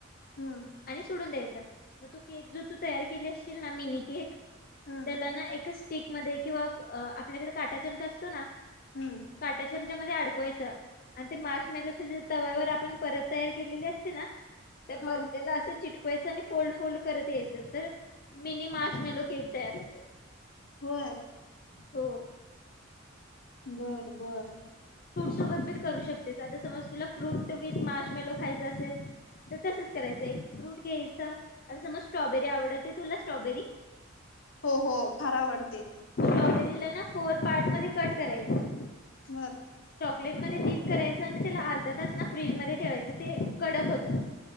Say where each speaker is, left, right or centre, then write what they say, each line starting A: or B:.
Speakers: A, on the left; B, on the left.
A: हम्म
B: आणि सोडून द्यायचं मग तो केक जो तू तयार केली असशील ना मिनी केक
A: हम्म
B: त्याला ना एक स्टिक मध्ये किंवा आपल्याकडे काटा चमचा असतो ना
A: हम्म
B: काट्या चम च्या मध्ये अडकवायच आणि ते मार्शमेलो तवर आपण परत तयार केलेली असते ना त्या
A: हा
B: बरद्याला असं चिटकवायचं आणि फोल्ड फोल्ड करत यायचं तर मिनी मार्शमेलो केक तयार होतय
A: होय
B: हो
A: बर बर
B: सोबती करू शकते आ समज तुला फ्रूट विथ मार्शमेलो खायच असेल तर तसच करायचं एक फ्रूट घ्यायचं समज स्ट्रॉबेरी आवडतं तुला स्ट्रॉबेरी.
A: हो हो फार आवडते.
B: स्ट्रॉबेरीला ना फोर पार्ट मध्ये कट करायचं.
A: बर
B: चॉकलेट मध्ये डीप करायचं आणि त्याला अर्ध त्यातच ना फ्रीजमध्ये ठेवायचं. ते कडक होतं.